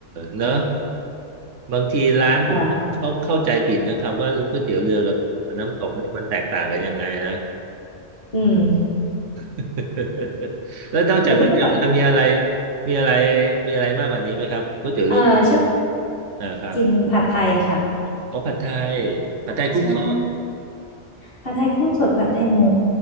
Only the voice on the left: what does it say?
เอออืม
แต่นี่ก็แบบ
เออชอบ
กินผัดไทยค่ะ
ใช่ผัดไทยกุ้งสดผัดไทยหมู